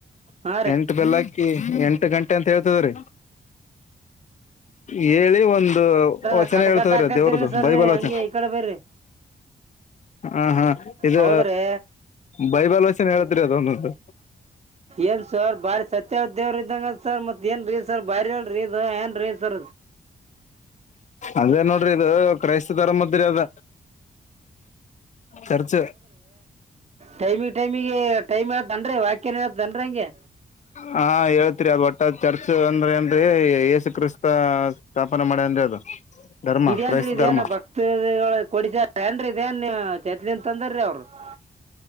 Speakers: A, on the right; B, on the left.
A: ಹಾಂ ರೀ
B: ಎಂಟ ಬೆಲ್ಲಕ್ಕಿ ಎಂಟು ಗಂಟೆ ಅಂತ ಹೇಳ್ತದ್ರಿ ಹೇಳಿ ಒಂದು
A: ಸರ್
B: ವ ಚೆನಾಗ
A: ಕಟ್
B: ಹೇಳ್ತದ್ರ
A: ಕಟ್ ಹಾಕತ್ತೀರಿ
B: ದೇವ್ರದ್ದು
A: ಸರ್
B: ಬೈಬಲ್
A: ನೀವು
B: ವಚ
A: ಹಂಗೆ ಈ ಕಡೆ ಬರ್ರಿ
B: ಹ ಹಾ ಇದು
A: ಹೌದ್ರಿ
B: ಬೈಬಲ್ ನ್ ಹೇಳಿದ್ರಿ ಅದ ಒಂದೊಂದು
A: ಏನ್ ಸರ್ ಬಾರಿ ಸತ್ಯ ಉದ್ದ್ಯವರ ಇದಂಗ ಸರ್ ಮತ್ ಏನ್ ರೀ ಸರ್ ಬಾರಿಲ್ ಇದ ಏನ್ ರೀ ಸ
B: ಅದೇ ನೋಡ್ರಿ ಇದು ಕ್ರೈಸ್ತ ಧರ್ಮದ್ರೆ ಅದ ಚರ್ಚ
A: ಟೈಮಿ ಟೈಮಿಗೆ ಟೈಮ್ ಹೇಳತನ್ೀ ವಾಕ್ಯನ್ ಹೇಳನ್ ಹಂಗೆ
B: ಹಾ ಹೇಳ್ತ್ರಿ ಅದ ಒಟ್ಟ ಚರ್ಚ್ ಅಂದ್ರೆ ಅಂದ್ರಿ ಯಏಸು ಕ್ರಿಸ್ತ ಸ್ಥಾಪನೆ ಮಾಡಿ ಅಂದ್ರೆ ಅದು ಧರ್ಮ
A: ಇದೇನ್
B: ಕ್ರೈಸ್ತ
A: ಇದೇನ್
B: ಧರ್ಮ
A: ಭಕ್ತಗಳ ಕೊಡಿಸ ಏನ್ ಇದೇನ್ ಚೇತ್ಲನ್ ತಂದಾರೀ ಅವ್ರು <inaudible>